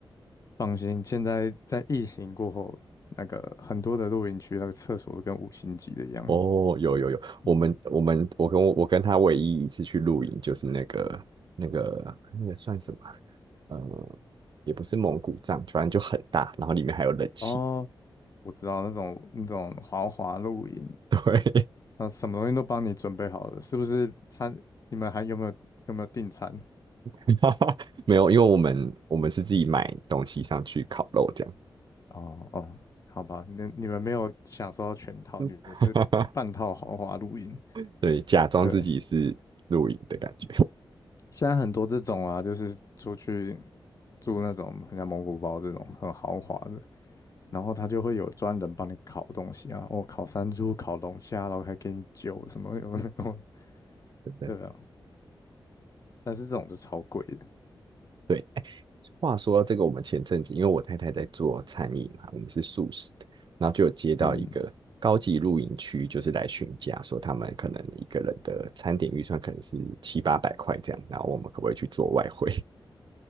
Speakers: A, on the left (about 40°); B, on the right (about 60°).
A: 放心，现在在疫情过后，那个很多的露营区那个厕所都跟五星级的一样。
B: 哦，有有有，
A: 嗯，
B: 我们我们我跟我我跟她唯一一次去露营就是那个那个那个算什么？呃，也不是蒙古帐，反正就很大，然后里面还有冷气。
A: 哦，我知道那种那种豪华露营，
B: 对，
A: 啊，什么东西都帮你准备好了，是不是餐？你们还有没有有没有订餐？
B: <laughs> 没有，因为我们我们是自己买东西上去烤肉这
A: 哦哦，好吧，那你们没有享受到全套，你们是半套豪华露营。
B: 样，<laughs> 对，假装自己是露营的感觉。
A: 对，现在很多这种啊，就是出去住那种很像蒙古包这种很豪华的，然后他就会有专人帮你烤东西啊，哦，烤山猪、烤龙虾，然后还给你酒什么有的没有，<laughs>
B: 对对
A: 对啊，但是这种就超贵的，
B: 对，哎话说到这个，我们前阵子因为我太太在做餐饮嘛，我们是素食的，然后就有接到一个高级露营区，
A: 嗯，
B: 就是来询价，说他们可能一个人的餐点预算可能是七八百块这样，然后我们可不可以去做外汇？